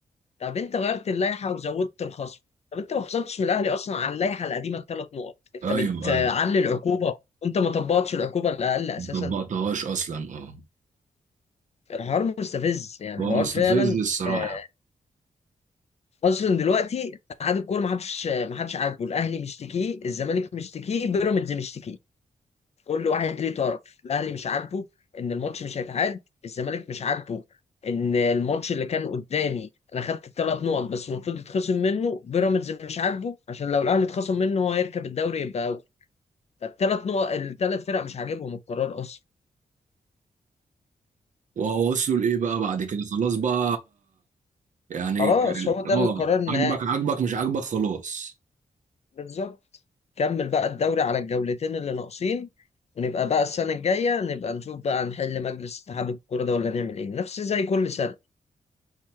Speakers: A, on the left; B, on the right.
A: طب انت غيرت اللائحه وزودت الخصم طب انت ما خصمتش من الاهلي اصلا على اللائحه القديمه الثلاث نقط انت
B: ايوه
A: بتعلي
B: ايوه
A: العقوبه وانت ما طبقتش العقوبه الاقل اساسا
B: ما طبقتهاش اصلا اه
A: الحوار مستفز يعني
B: هو
A: الحوار
B: مستفز
A: فعلا
B: الصراحه
A: آه، اصلا دلوقتي اتحاد الكوره ما حدش ما حدش عاجبه الاهلي مشتكيه الزمالك مشتكيه بيراميدز مشتكيه كل واحد ليه طرف الاهلي مش عاجبه ان الماتش مش هيتعاد الزمالك مش عاجبه ان الماتش اللي كان قدامي انا خدت الثلاث نقط بس المفروض يتخصم منه بيراميدز مش عاجبه عشان لو الاهلي اتخصم منه هو هيركب الدوري يبقى اول فالثلاث نقط الثلاث فرق مش عاجبهم القرار اصلا
B: وهو وصلوا لايه بقى بعد كده خلاص بقى يعني
A: خلاص
B: ك-
A: هو ده
B: اه
A: القرار النهائي
B: عاجبك عاجبك مش عاجبك خلاص
A: بالظبط كمل بقى الدوري على الجولتين اللي ناقصين ونبقى بقى السنة الجاية نبقى نشوف بقى نحل مجلس اتحاد الكورة ده ولا نعمل ايه نفس زي كل سنة